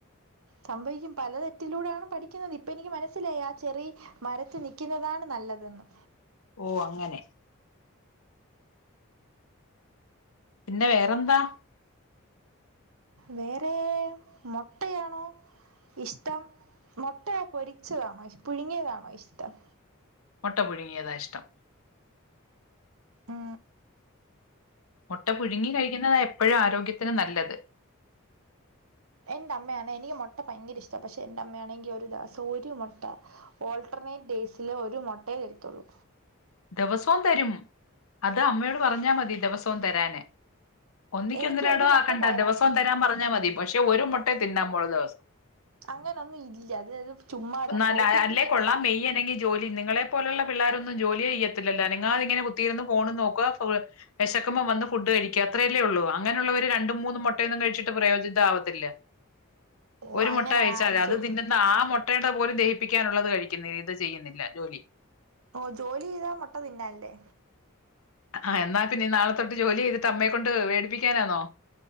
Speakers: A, on the right; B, on the left.
A: സംഭവിക്കും പല തെറ്റിലൂടാണ് പഠിക്കുന്നത് ഇപ്പ എനിക്ക് മനസ്സിലായി ആ ചെറിമരത്ത് നിക്കുന്നതാണ് നല്ലതെന്ന്
B: ഓ അങ്ങനെ പിന്നെ വേറെന്താ
A: വേറെ മൊട്ടയാണോ ഇഷ്ട്ടം മൊട്ട പൊരിച്ചതാണോ ഇഷ് പുഴുങ്ങിയതാണോ ഇഷ്ട്ടം
B: മൊട്ട പുഴുങ്ങിയത ഇഷ്ട്ടം
A: ആ
B: മൊട്ട പുഴുങ്ങി കഴിക്കുന്നുന്നത എപ്പോഴും ആരോഗ്യത്തിന് നല്ലത്
A: എന്റെ അമ്മയാന്നെ എനിക്ക് മൊട്ട ഭയങ്കര ഇഷ്ട പക്ഷെ എന്റെ അമ്മയാണെങ്കിൽ ഒരു ദെവസം ഒരു മൊട്ട ഓൾട്ടർനെറ്റ് ഡേയ്സില് ഒരു മൊട്ടയെ തരത്തുള്ളൂ
B: ദേവസോം തരും അത് അമ്മയോട് പറഞ്ഞാ മതി ദിവസോം തരാന് ഒന്നിക്കെ
A: എനിക്ക്
B: ഒന്നരടോം
A: ഒരു മുട്ട
B: ആകണ്ട
A: പോരാ
B: ദിവസോം തരാൻ പറഞ്ഞ മതി പക്ഷെ ഒരു മൊട്ടയെ തിന്നാൻ പോലു ദി
A: അങ്ങനൊന്നും ഇല്ല അത് അത് ചുമ്മാതാ
B: എന്നാല
A: പ്രോട്ടീൻ
B: അല്ലേ കൊള്ളാം മെയ്യനങ്ങി ജോലി നിങ്ങളെ പോലുള്ള പിള്ളേരൊന്നും ജോലി ചെയ്തില്ലല്ലോ അനങ്ങാതിങ്ങനെ കുത്തിയിരുന്ന് ഫോണും നോക്കുവ വെശകുമ്പോ വന്ന് ഫുഡ് കഴിക്കുക അത്രയല്ലാ യുള്ളു അങ്ങനെയുള്ളവര് രണ്ട് മൂന്ന് മൊട്ടയോനും കഴിച്ചിട്ട് പ്രയോജിതമാവത്തില്ല
A: ഓ
B: ഒരു
A: അങ്ങനെ
B: മൊട്ട കഴിച്ചാമതി
A: ആ
B: അത്
A: ജോ
B: തിന്നുന്ന ആ മോട്ടേടെ പോലും- ദഹിപ്പിക്കാനുള്ളത് കഴിക്കുന്നേ ഇത് ചെയ്യുന്നില്ല ജോലി
A: ഓ ജോലി ചെയ്യ്താ മൊട്ട തിന്നാം അല്ലെ
B: ആ എന്നാ പിന്നെ നാളെ തൊട്ട് ജോലി ചെയ്തിട്ട് അമ്മയെക്കൊണ്ട് വേടിപ്പിക്കാനാന്നോ